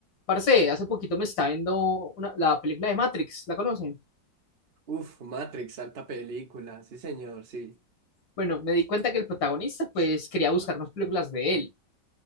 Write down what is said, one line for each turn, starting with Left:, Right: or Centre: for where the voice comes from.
Left: Parce, hace poquito me estaba viendo una- la película de Matrix, ¿la conocen?
Right: Uf, Matrix, alta película, sí señor, sí.
Left: Bueno, me di cuenta que el protagonista pues quería buscar más películas de él.